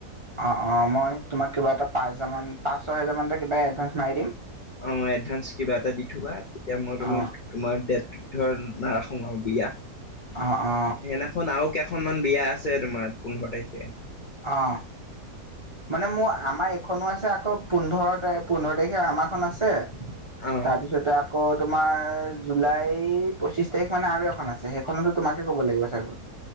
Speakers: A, on the right; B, on the left.
A: অ অ মই তোমাক কিবা এটা পাঁচ হাজাৰমান পাঁচ ছয় হাজাৰ টা মান কিবা এডভাঞ্চ মাৰি দিম
B: অ, এডভাস কিবা এটা দি থবা তেতিয়া মই তোমাৰ-তোমাৰ
A: অ
B: ডেট ধৰ নাৰা সোমাম বিয়া
A: অ অ
B: সেইদিনাখন আৰু কে এখনমান বিয়া আছে তোমাৰ পোন্ধৰ তাৰিখে
A: অ মানে মোৰ আমাৰ এইখনো আছে আকৌ পোন্ধৰ তাৰিখ পোন্ধৰ তাৰিখে আমাৰখনন আছে।
B: অ
A: তাৰপিছতে আকৌ তোমাৰ জুলাই পঁচিশ তাৰিখ মানে আৰু এখন আছে সেইখনতো তোমাকে ক'ব লাগিব চাগৈ